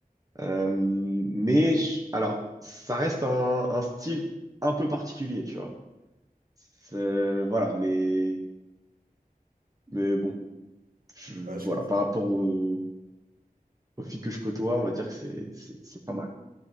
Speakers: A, on the right; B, on the right.
A: Euh, mais je- alors, ça reste un, un style un peu particulier, tu vois. C'est- Voilà, mais, mais bon, je-
B: Bah, je
A: voilà,
B: comprends.
A: par rapport aux, aux filles que je côtoie, on va dire que c'est c'est- c'est pas mal.